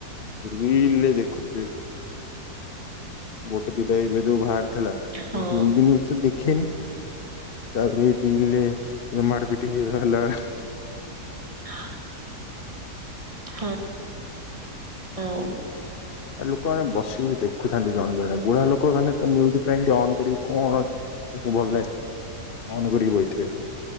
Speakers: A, on the left; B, on the right.
A: ରିଲରେ ଦେଖୁଛି। ଗୋଟେ ଦିଟା ଏବେ ଯୋଉ ବାହାରି ଥିଲା
B: ହଁ
A: ମୁଁ ହିନ୍ଦୀ ଆକଚୁଆଲି ଦେଖେନି। ତାପରେ <inaudible> ମାର ପିଟ ହେଲା।
B: <unintelligible> ହଁ। ହଁ।
A: ଆ ଲୋକମାନେ ବସିକି ଦେଖୁଥାନ୍ତି ଜଣେ ଜଣେ ବୁଢା ଲୋକ ମାନେ ତ ନ୍ୟୁଜ ଏମତି ଅନ କରିବେ କଣ ତାକୁ ଭଲ ମନ କରିକି ବଇଥିବେ।